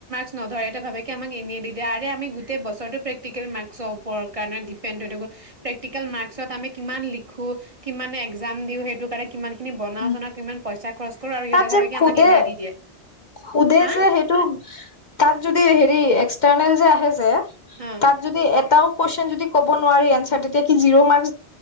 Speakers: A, on the right; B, on the left.
A: নধৰে ভাৱে কি আমাক এনেই দি দিয়ে আৰে আমি গোটেই বছৰটো প্ৰেক্টিকেল মাস্কৰ ওপৰত কাৰণে ডিপেন্দ হৈ থাকো প্ৰেক্টিকেল মাস্কত আমি কিমান লিখো কিমানে একজাম দিও খিনি বনাওঁ
B: উম
A: চনাওঁ কিমান পইচা খৰচ কৰো আৰু সিহঁতে
B: তাত যে
A: ভাবে কি
B: শুধে
A: আমাক এনেই দি দিয়ে
B: শুধে
A: হা
B: যে সেইটো তাত যদি হেৰি এক্সটাৰনেল যে আহে যে
A: অ
B: তাত যদি এটাও কুৱেচন যদি ক'বোৱাৰাৰে এনাৰ তেতিয়া কি জিৰ' মাৰ্ক